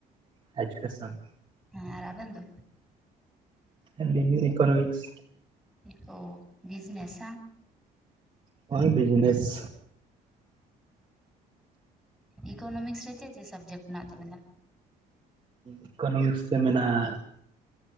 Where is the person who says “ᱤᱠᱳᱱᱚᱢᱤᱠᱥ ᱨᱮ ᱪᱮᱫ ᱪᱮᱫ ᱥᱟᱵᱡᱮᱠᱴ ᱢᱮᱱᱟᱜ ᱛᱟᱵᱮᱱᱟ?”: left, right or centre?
Centre